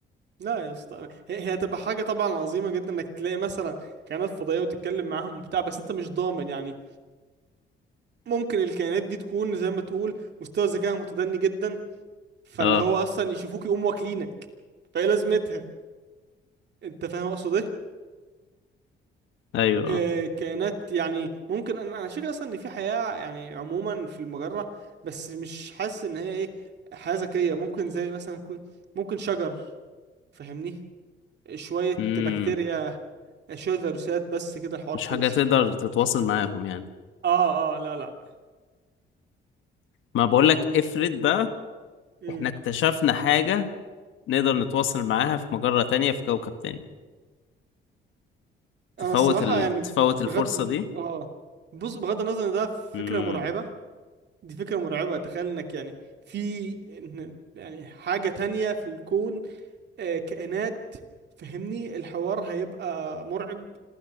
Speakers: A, on the right; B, on the left.
A: لا يا اسطى هي هي هتبقى حاجة طبعا عظيمة جدا انك تلاقي مثلا كائنات فضائية وتتكلم معاهم وبتاع بس انت مش ضامن يعني ممكن الكائنات دي تكون زي ما تقول مستوى ذكائها متدني جدا فاللي
B: اه
A: هو اصلا يشوفوك يقوموا واكلينك فايه لازمتها انت فاهم اقصد ايه
B: ايوه
A: آه،
B: اه
A: كائنات يعني ممكن انا انا شايف اصلا ان في حياة يعني عموما في المجرة بس مش حاسس ان هي ايه حياة ذكية ممكن زي مثلا كو- ممكن شجر فاهمني شوية
B: امم
A: بكتيريا شوية فيروسات بس كده الحوار
B: مش
A: خلص
B: حاجة تقدر تتواصل معاهم يعني
A: اه اه لا لا
B: ما بقولك افرض بقى
A: مم.
B: احنا اكتشفنا حاجة نقدر نتواصل معاها في مجرة تانية في كوكب تاني تفوت
A: انا الصراحة
B: ال...
A: يعني
B: تفوت
A: بغض
B: الفرصة دي
A: اه بص بغض النظر ان ده فكرة
B: امم
A: مرعبة دي فكرة مرعبة تخيل انك يعني في إن- يعني حاجة تانية في الكون آه، كائنات فهمني الحوار هيبقى مرعب